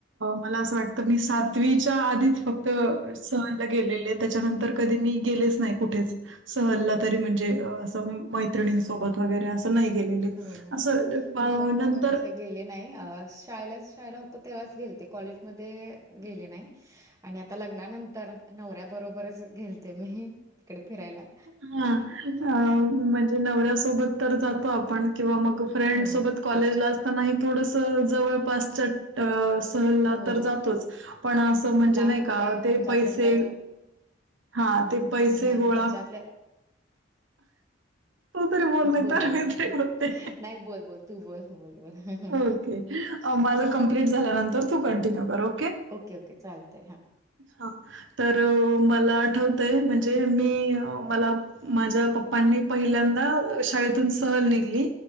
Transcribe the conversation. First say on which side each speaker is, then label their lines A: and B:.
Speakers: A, on the right; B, on the right.
A: मला असं वाटत, मी सातवीच्या आधी फक्त सहल गेलेले त्याच्यानंतर कधी, मी गेलेच नाही कुठेच. सहलला तरी म्हणजे, असं मैत्रिणींसोबत वगैरे असं. नाही गेलेले,
B: हो
A: असं
B: मी पण
A: नंतर.
B: असं गेले नाही, शाळेलाच शाळेला होतो तेव्हाच गेलते, कॉलेजमध्ये गेले नाही. आणि आता लग्नानंतर, नवऱ्या बरोबरच गेलं ते मी, तिकडे फिरायला‌.
A: हा अ, म्हणजे नवऱ्यासोबत तर जातो आपण, किंवा मग फ्रेंड
B: हो
A: सोबत. कॉलेज ला असताना. थोडंसं जवळपासच्या, अ सहलला
B: हो
A: तर जातोच. पण असं म्हणजे
B: लांब
A: नाही
B: कुठे
A: का
B: घरच्यातले
A: ते पैसे,
B: तर
A: हा
B: हम्म,
A: ते पैसे
B: लांब
A: गोळा
B: खर्च्याातल्या.
A: तू तरी नाही
B: बोल
A: तर
B: बोल
A: मी तरी बोलते.
B: नाही. बोल बोल तू बोल बोल बोल. हम्म.
A: ओके माझं कंप्लीट झाल्यानंतर, तू कंटिन्यू कर ओके.
B: ओके ओके, चालतंय हा.
A: हा, तर मला आठवतय म्हणजे मी मला. माझ्या पप्पांनी पहिल्यांदा, शाळेतून स सहल निघली.
B: हम्म.